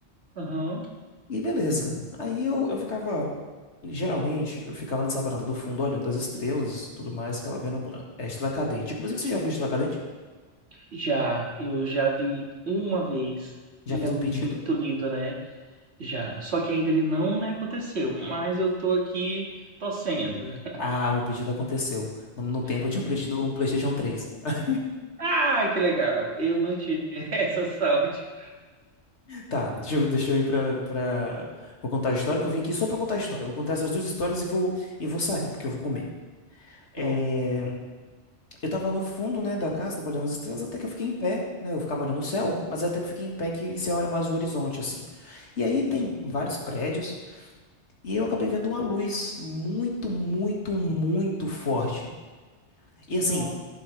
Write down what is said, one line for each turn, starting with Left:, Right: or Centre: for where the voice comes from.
Right: Aham.
Left: E beleza. Aí eu, eu ficava. Geralmente, eu ficava nessa varanda do fundo olhando as estrelas e tudo mais, ficava vendo a estrela cadente. Inclusive, você já viu a estrela cadente?
Right: Já, eu já vi uma vez
Left: Já
Right: e
Left: fez
Right: é muito
Left: um pedido?
Right: lindo, né? Já. Só que ainda ele não, né, aconteceu, mas eu tô aqui torcendo. <laughs>
Left: Ah, o meu pedido aconteceu. No, no tempo
Right: Foi.
Left: eu tinha pedido um PlayStation 3. <laughs>
Right: Ah, que legal. Eu não tive <laughs> essa sorte.
Left: Tá, deixa eu, deixa eu ir pra, pra. Vou contar a história, que eu vim aqui só pra contar a história. Vou contar essas duas histórias e vou, e vou sair, porque eu vou comer. É,
Right: Pronto.
Left: Eu tava no fundo, né, da casa, tava olhando as estrelas, até que eu fiquei em pé, né? Eu ficava olhando o céu, mas até que eu fiquei em pé que e você olha mais o horizonte, assim. E aí tem vários prédios, e eu acabei vendo uma luz muito, muito, muito forte. E assim,
Right: Não,